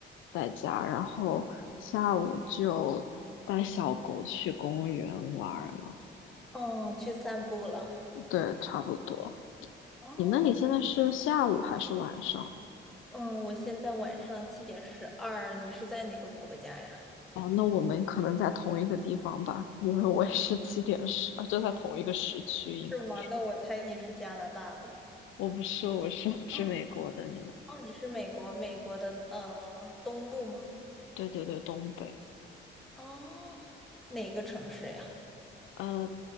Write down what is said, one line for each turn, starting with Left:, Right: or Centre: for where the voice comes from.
Left: 在家，然后下午就带小狗去公园玩儿了。
Centre: 哦，去散步了。
Left: 对，差不多。
Centre: 哦，
Left: 你那里现在是下午还是晚上？
Centre: 嗯，我现在晚上七点十二，你是在哪个国家呀？
Left: 哦，那我们可能在同一个地方吧，因为我也是七点十，啊就在同一个时区，应该是。
Centre: 是吗？那我猜你是加拿大的。
Left: 我不是，我是 <laughs> 是美国的，
Centre: 哦，
Left: 你呢？
Centre: 哦，你是美国，美国的呃东部吗？
Left: 对对对，东北。
Centre: 哦，哪个城市呀？
Left: 呃，